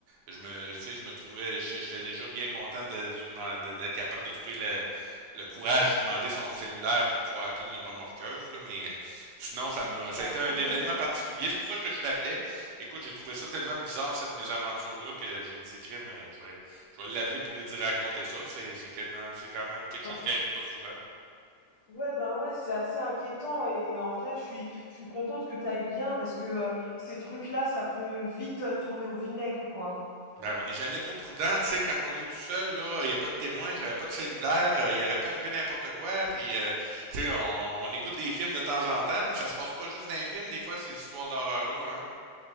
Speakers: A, on the right; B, on the left.
A: je me, tu sais, je me trouvais, j'étais j'étais déjà bien content de- de demander- de- d'être capable de trouver le, le courage de demander son cellulaire pour pouvoir appeler une remorqueuse, là, mais euh, Sinon, ça m'a,
B: Bah
A: ça a été un
B: oui,
A: événement particulier. C'est pour ça que je t'appelais. Écoute, j'ai trouvé ça tellement bizarre, cette mésaventure-là, que j'ai dit, crime, euh, je vais, je vais l'appeler pour lui dire raconter ça. C'est, c'est quand même, c'est quand même quelque chose
B: hein.
A: qui arrive pas souvent.
B: Ouais, ben ouais, c'est assez inquiétant et en vrai, je suis, je suis contente que t'ailles bien parce que euh, ces trucs-là, ça peut vite euh, tourner au vinaigre, quoi.
A: Ben, on n'est jamais trop prudent, tu sais, quand on est tout seul, là, il n'y a pas de témoin, j'avais pas de cellulaire, euh, il aurait pu arriver n'importe quoi, puis, euh, tu sais, on, on écoute des films de temps en temps, mais ça se passe pas juste dans les films, des fois, ces histoires d'horreur-là, hein.